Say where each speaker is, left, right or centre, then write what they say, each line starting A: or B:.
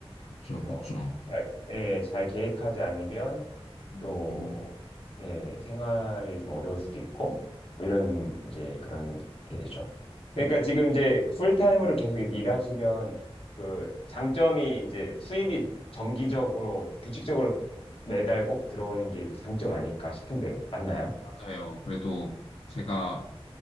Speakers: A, on the left; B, on the left.
A: 그쵸,
B: 그래서
A: 그쵸.
B: 잘, 예, 잘 계획하지 않으면
A: 음,
B: 또, 네, 생활이 좀 어려울 수도 있고, 뭐 이런, 이제 그런 게 되죠. 그러니까 지금 이제 풀타임으로 계속 이렇게 일하시면 그 장점이 이제 수입이 정기적으로, 규칙적으로 매달 꼭 들어오는 게 이제 장점 아닐까 싶은데, 맞나요?
A: 맞아요. 그래도 제가